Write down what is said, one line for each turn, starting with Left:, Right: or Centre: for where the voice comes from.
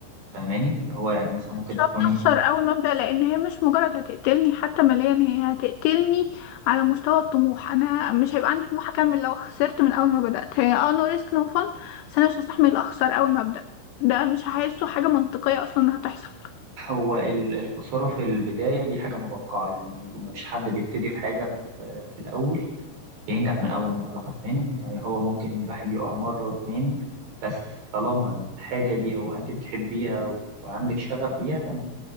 Right: فاهماني اللي هو يعني مثلا ممكن
Left: مش
Right: تكون
Left: عاوزة أخسر أول ما أبدأ لأن هي مش مجرد هتقتلني حتى ماليا هي هتقتلني على مستوى الطموح أنا مش هيبقى عندي طموح أكمل لو خسرت من أول ما بدأت هي اه نو ريسك نو فن بس أنا مش هستحمل أخسر أول ما أبدأ ده مش هحسه حاجة منطقية أصلا إنها تحصل
Right: هو ال- الخسارة في البداية دي حاجة متوقعة يعني مفيش حد بيبتدي في حاجة في في الأول بينجح من أول مرة فاهماني يعني هو ممكن الواحد يقع مرة واتنين بس طالما الحاجة دي هو أنت بتحبيها وعندك شغف ليها فأنت